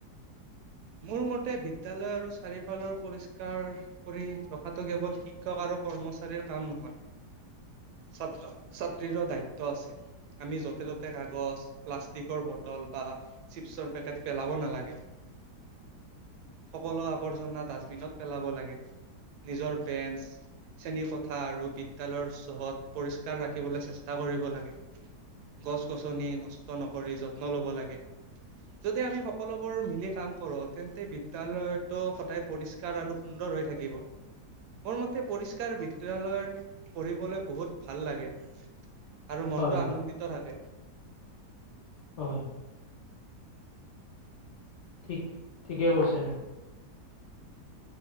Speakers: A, on the right; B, on the left.
A: মোৰ মতে বিদ্যালয় আৰু চাৰিফালৰ পৰিষ্কাৰ কৰি ৰখাটো কেৱল শিক্ষক আৰু কৰ্মচাৰীৰ কাম নহয়। ছাত্ৰ ছাত্ৰীৰো দায়িত্ব আছে। আমি য'তে ত'তে কাগজ, প্লাষ্টিকৰ বটল বা চিপছৰ পেকেট পেলাব নালাগে। সকলো আৱৰ্জনা ডাষ্টবিনত পেলাব লাগে। নিজৰ বেঞ্চ শ্ৰেণীকোঠা আৰু বিদ্যালয়ৰ চৌহদ পৰিষ্কাৰ ৰাখিবলৈ চেষ্টা কৰিব লাগে। গছ গছনি নষ্ট নকৰি যত্ন ল'ব লাগে। যদি আমি সকলোবোৰ মিলি কাম কৰো তেন্তে বিদালয়তটো সদায় পৰিষ্কাৰ আৰু সুন্দৰ হৈ থাকিব। মোৰ মতে পৰিষ্কাৰ বিদ্যালয় পঢ়িবলৈ বহুত ভাল লাগে আৰু মনতটো
B: হয়,
A: আনন্দিত থাকে।
B: হয় ঠিক ঠিকে কৈছে।